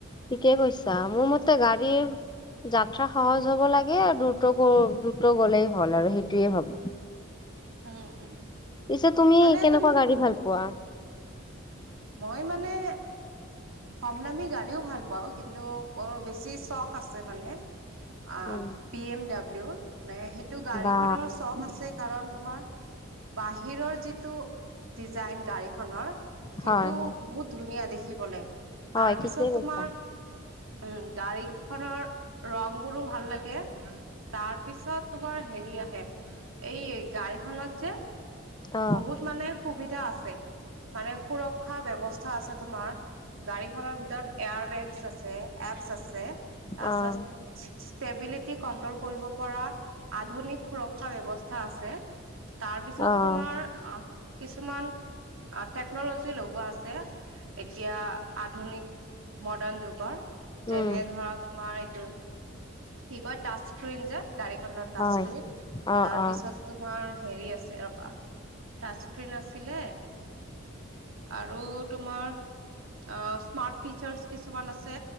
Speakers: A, on the left (about 20°); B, on the right (about 80°).
A: ঠিকে কৈছা, মোৰ মতে গাড়ীৰ যাত্ৰা সহজ হ'ব লাগে দ্ৰুত গ দ্ৰুত গ'লেই হ'ল আৰু সেইটোয়ে ভাৱো।
B: উম, উম।
A: পিছে তুমি
B: এনে
A: কেনেকুৱা
B: তুমি
A: গাড়ী ভাল পোৱা?
B: মই মানে কম দামি গাড়ীও ভাল পাওঁ কিন্তু বৰ বেছি চখ আছে মানে। অ',
A: উম,
B: বি এম ডাব্লিউৰ এ সেইটো গাড়ীখনৰ
A: বা
B: চখ আছে কাৰণ তোমাৰ বাহিৰৰ যিটো ডিজাইন গাড়ীখনৰ। সেইটো
A: হয় হয়
B: বহুত ধুনীয়া দেখিবলৈ।
A: হয়
B: তাৰ
A: ঠিকেই
B: পিছত
A: কৈছা
B: তোমাৰ উম, গাড়ীখনৰ ৰঙবোৰো ভাল লাগে। তাৰ পিছত তোমাৰ হেৰি আহে এই গাড়ীখনত যে
A: অ'
B: বহুত মানে সুবিধা আছে মানে সুৰক্ষা ব্যৱস্থা আছে তোমাৰ। গাড়ীখনৰ ভিতৰত এয়াৰ বেগছ আছে এপছ আছে। তাৰপিছত
A: অ'
B: ষ্টেবিলিটি কন্ট্ৰল কৰিব পৰা আধুনিক সুৰক্ষা ব্যৱস্থা আছে। তাৰপিছত
A: অ'
B: তোমাৰ কিছুমান, টেকন'লজি লগোৱা আছে। এতিয়া আধুনিক মডাৰ্ণ যুগৰ। যেনে
A: উম
B: ধৰা তোমাৰ, এইটো কি কয় টাচস্ক্ৰীন যে গাড়ীখনত। ট্ৰাষ্টস্ক্ৰীন
A: হয় অ'
B: তাৰপিছত।
A: অ'
B: তোমাৰ হেৰি আছে ৰবা। ট্ৰাচস্ক্ৰীন আছিলে, আৰু তোমাৰ অ, স্মাৰ্ট ফিচাৰছ। কিছুমান আছে।